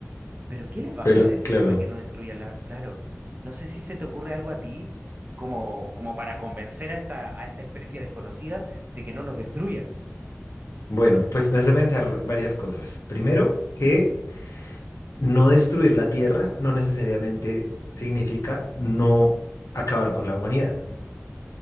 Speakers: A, on the right; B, on the left.
A: pero ¿qué les vas
B: Pero
A: a decir
B: claro,
A: para que no destruyan la... Claro, no sé si se te ocurre algo a ti como, como para convencer a esta, a esta especie desconocida de que no nos destruyan.
B: bueno, pues me hace pensar varias cosas. Primero, que no destruir la Tierra no necesariamente significa no acabar con la humanidad,